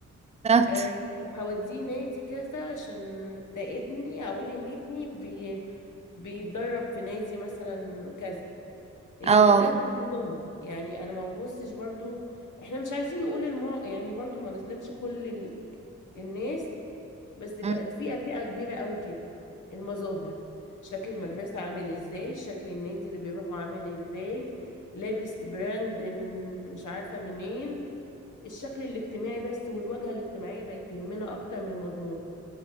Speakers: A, on the right (about 20°); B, on the left (about 70°).
A: بالظبط
B: آه، هوديه نادي كذا عشان ده ابني اقول ان ابني بي بيتدرب في نادي مثلا كذا هي
A: اه
B: كلها بقت مظاهر يعني انا ما ببصش برضو احنا مش عايزين نقول المو... يعني برضو ما نظلمش كل ال... الناس بس بقت
A: م-
B: فئة فئة كبيرة قوي كده المظاهر شكل المدرسة عامل ازاي شكل النادي اللي بيروحوا عامل ازاي لابس براند من مش عارفة منين الشكل الاجتماعي بس والواجهة الاجتماعية بقت تهمنا أكتر من المضمون